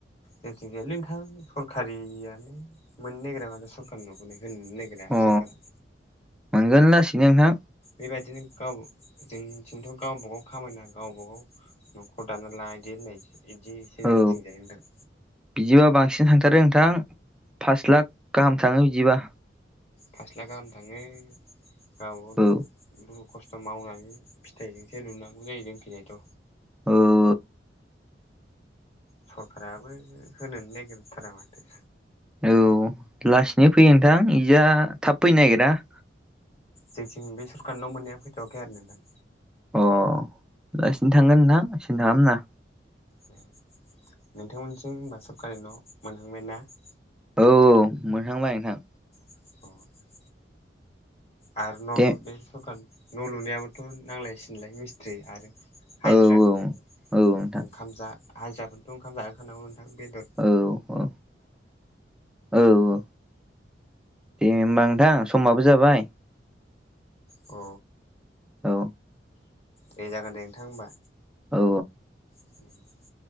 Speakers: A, on the left; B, in the centre.
A: जायखि जाया नोंथां सरकारियानो मोननो नागिरा माथ सरकारिनि न'खौनो होनोनो नागि रा
B: अ
A: सरकारा
B: मोनगोन लासैनो नोंथां
A: बेबायदिनो गाव जोंथिंथ' गावबागाव खामायना गावबा गाव न'खर दाना ला इदि होननायसो इदिसो
B: औ
A: जोंनिथिंजाय नोंथां
B: बिदिबा बांसिन थांथारो नोंथां पास लाख गाहाम थाङो बिदिबा
A: फास लाख गाहाम थाङो गावबाव
B: औ
A: दुखु दुख खस्थ' मावनानै फिथाइजोंसो लुनांगौ जायो जोंनिथिंजायथ
B: ओ
A: सरखाराबो होनोनो नागिरथारा माथो
B: औ लासैनो फैयो नोंथां इथा थाब फैनो नागिरायो।
A: जोंनिथिं बे सरखारनि न' मोननाया फैथावाखै आरो नोंथां।
B: अ लासैनो थांगोन नोंथां सिन्था खालामनानै
A: नोंथांमोननिथिं होनबा सरकारि न' मोनहांबाय नानो
B: औ मोनहांबाय नोंथां।
A: अ <unintelligible> आरो न'
B: दे
A: लु बे सरखार न' लुनायाबोथ' नांलाय सिनलाय मिस्थ्रि आरो ना हाजिरा
B: औ
A: होनाय
B: औ नोंथां
A: ओंखाम जा हाजिराफोरनोथ' ओंखाम जाहोखानांगौ नोंथां बेदर
B: औ औ ओ दे होनबा नोंथां समाबो जाबाय।
A: अ।
B: औ।
A: दे जागोन दे नोंथां होमबा।
B: औ।
A: <unintelligible>